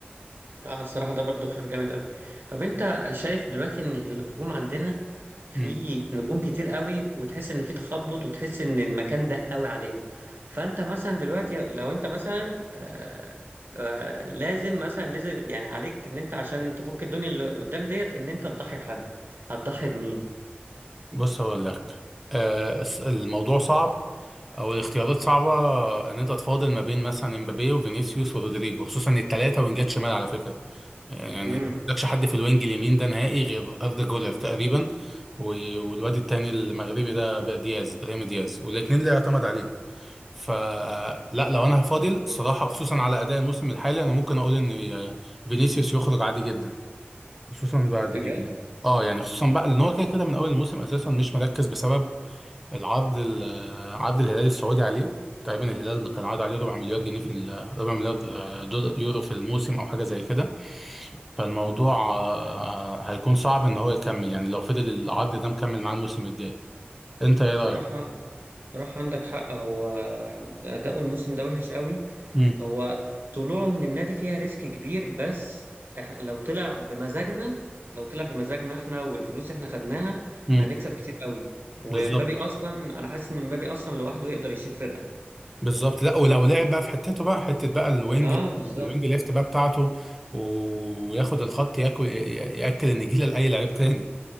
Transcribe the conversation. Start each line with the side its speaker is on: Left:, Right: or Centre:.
Right: اه الصراحة ده برضو خيار جامد قوي طب انت شايف دلوقتي ان الهجوم عندنا في
Centre: مم.
Right: نجوم كتير قوي وتحس ان في تخبط وتحس ان المكان ضيق قوي عليهم فانت مثلا دلوقتي لو انت مثلا آه آه لازم مثلا نزل يعني عليك ان انت عشان تفك الدنيا اللي قدام ديت ان انت تضحي بحد هتضحي بمين
Centre: بص هو الاختيار آه الس- الموضوع صعب او الاختيارات صعبه ان انت تفاضل ما بين مثلا امبابي وفينيسيوس ورودريجو خصوصا الثلاثه وينجات شمال على فكره آه، يعني
Right: امم
Centre: ما عندكش حد في الوينج اليمين ده نهائي غير أردا جولر تقريبا و- والواد التاني المغربي ده بقى دياز ابراهيم دياز والاثنين لا يعتمد عليهم فلا لو انا هفاضل صراحة خصوصا على اداء الموسم الحالي انا ممكن اقول ان فينيسيوس يخرج عادي جدا خصوصا بعد
Right: بجد
Centre: اه يعني خصوصا بقى ان هو كده كده من اول الموسم اساسا مش مركز بسبب العرض ال- عرض الهلال السعودي عليه تقريبا الهلال كان عارض عليه ربع مليار جنيه في ال- ربع مليار دولار يورو في الموسم او حاجه زي كده فالموضوع آه، هيكون صعب ان هو يكمل يعني لو فضل العرض ده مكمل معاه الموسم الجاي انت ايه رايك
Right: بصراحة بصراحة عندك حق هو أداؤه الموسم ده وحش قوي
Centre: امم
Right: هو طلوعه من النادي فيها ريسك كبير بس إح- لو طلع بمزاجنا لو طلع بمزاجنا احنا والفلوس احنا خدناها
Centre: امم
Right: احنا هنكسب كتير قوي ومبابي
Centre: بالظبط
Right: أصلا أنا حاسس إن مبابي أصلا لوحده يقدر يشيل فرقة
Centre: بالظبط لا ولو لعب بقى في حتته بقى حته بقى الوينج
Right: اه بالظبط
Centre: الوينج ليفت بقى بتاعته وياخد الخط ياكل ياكل النجيله لاي لعيب تاني